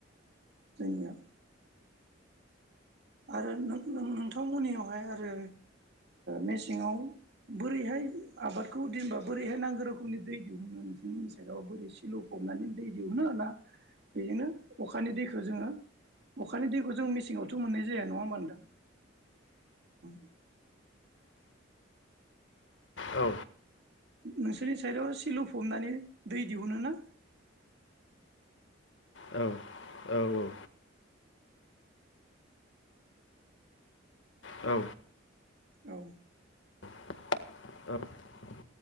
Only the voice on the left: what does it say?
औ
औ औ औ औ
<unintelligible>